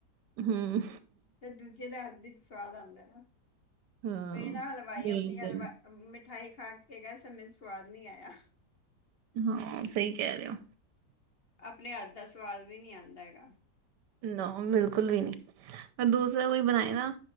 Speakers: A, on the right; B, on the left.
A: ਹਮ
B: ਤੇ ਦੂਜੇ ਜਿਹਦਾ ਹੱਥ ਚ ਸਵਾਦ ਆਉਂਦਾ ਨਾ,
A: ਹਾਂ
B: ਕਈ ਨਾ ਹਲਵਾਈ ਆਪਣੀ
A: ਇਹ
B: ਹਲਵਾ
A: ਤੇ ਹੈ।
B: ਮਿਠਾਈ ਖਾ ਕੇ ਗੈਸ ਸਵਾਦ ਨੀ ਆਇਆ
A: ਹਾਂ ਸਹੀ ਕਹਿ ਰਹੇ ਹੋ
B: ਆਪਣੇ ਹੱਥ ਦਾ ਸਵਾਦ ਵੀ ਨਹੀ ਆਉਂਦਾ ਹੈਗਾ
A: ਨਾ, ਬਿਲਕੁਲ ਵੀ ਨੀ ਦੂਸਰਾ ਕੋਈ ਬਣਾਏ ਨਾ,